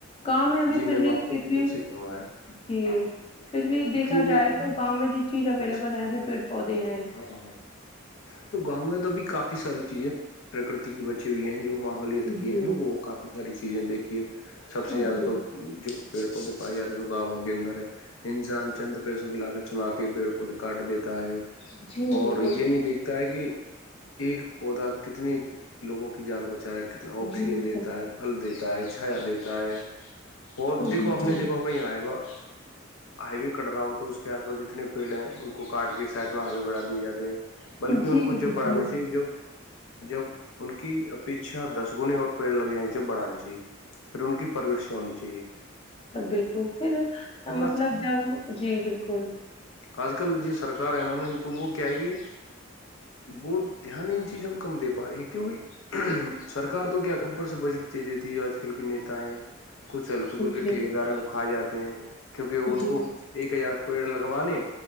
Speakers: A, on the left; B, on the left.
A: گاؤں میں ابھی
B: جی
A: پھر
B: میم
A: بھی
B: آپ
A: پھر
B: نے بالکل
A: بھی
B: صحیح فرمایا
A: جی پھر بھی دیکھا
B: کیونکہ
A: جائے تو گاؤں میں ج چیز اویلیبل
B: اچھا
A: ہے ابھی پیڑ پودے ہیں
B: ہاں ہاں تو گاؤں میں تو بھی کافی ساری چیزیں پرکرتی کی بچی ہوئی ہیں جواں سلیت
A: جی
B: کی ہے نا وہ کافی ساری چیزیں دیکھیے سب سے
A: جی
B: زیادہ
A: جی
B: تو جو پیڑ پودے پائے جاتے ہیں تو گاؤوں کے اندر ہے انسان چند پیسوں کی لالچ چما کے پیڑ پودے کاٹ دیتا ہے
A: جی
B: اور
A: بالکل
B: یہ نہیں دیکھتا ہے کہ ایک پودا کتنے لوگوں کی جان بچا رہا کتنا آکسیجن
A: جی
B: دیتا
A: بالکل
B: ہے پھل دیتا ہے چھایا دیتا ہے اور
A: بالکل
B: دیکھو آپ نے دیکھاؤ کہیں آئے گا ہائی بھی کٹ رہا ہو تو اس کے آس پاس جتنے پیڑ ہیں ان کو کاٹ کے سائڈ میں ہاوے بڑا دیے جاتے ہیں بلکہ ان
A: جی
B: کو جب
A: بالکل
B: بڑھانے سےاہیے جب جب ان کی اپیچھا دس گنے اور پیڑ لگ جائیں جب بڑھانے چاہیے پھر ان کی پرورشیں ہونی چاہیے
A: تو بالکل پھر
B: تو
A: مطلب
B: آج
A: جب جی بالکل
B: آج کل جی سرکار ہے نا میم تو وہ کیا ہے کہ وہ دھیان ان چیزوں پہ کم دے پا رہی ہے کیونکہ سرار تو کیا ابر سے بجٹ دے دیتی ہے آج کل کے نیتا ہےیں کچھ ہلکے پلکے
A: جی
B: ٹھیکے دار ہیں وہ کھا جاتے ہیں کیونکہ ان
A: جی
B: کو ایک ہزار پیڑ لگوانے